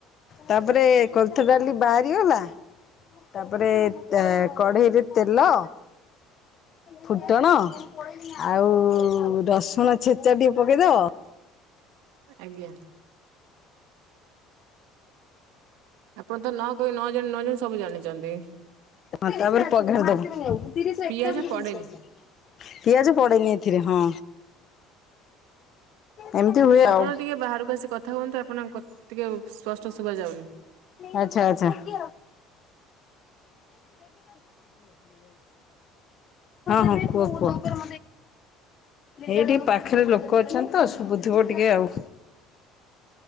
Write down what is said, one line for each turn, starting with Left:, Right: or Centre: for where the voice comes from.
Left: ତାପରେ କୋଳଥ ଡାଲି ବାହାରିଗଲା ତାପରେ ତେ କଢେଇରେ ତେଲ ଫୁଟଣ ଆଉ ରସୁଣ ଛେଚା ଟିକେ ପକେଇଦବ।
Right: ଆଜ୍ଞା। ଆପଣ ତ ନ କହି ନ ଜାଣି ନ ଜାଣି ସବୁ ଜାଣିଚନ୍ତି।
Left: ହଁ ତା ପରେ ପଘାରି ଦବ।
Right: ପିଆଜ ପଡେନି
Left: ପିଆଜ ପଡେନି ଏଥିରେ ହଁ। ଏମିତି ହୁଏ
Right: ଆପଣ
Left: ଆଉ।
Right: ଟିକେ ବାହାରକୁ ଆସି କଥା ହୁଅନ୍ତୁ ଆପଣଙ୍କ କଥ୍ ଟିକେ ସ୍ପଷ୍ଟ ଶୁଭାଯାଉନି।
Left: ଆଚ୍ଛା ଆଚ୍ଛା <inaudible> ହଁ ହଁ। କୁହ କୁହ ଏଇଠି ପାଖେରେ ଲୋକ ଅଛନ୍ତି ତ ସୁବୁଧିବ ଟିକେ ଆଉ।